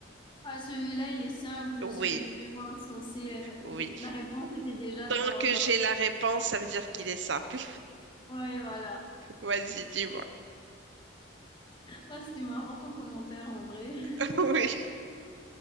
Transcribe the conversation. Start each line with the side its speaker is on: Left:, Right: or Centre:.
Left: Ah, celui-là, il est simple,
Right: Oui,
Left: c'est le crayon insensé. euh,
Right: oui.
Left: La réponse était déjà
Right: Tant
Left: dans,
Right: que
Left: dans...
Right: j'ai la réponse, ça veut dire qu'il est simple.
Left: Ouais, voilà.
Right: <laughs> Vas-y, dis-moi.
Left: Ah, c'était marrant ton commentaire en vrai.
Right: <laughs>
Left: <laughs>
Right: Oui.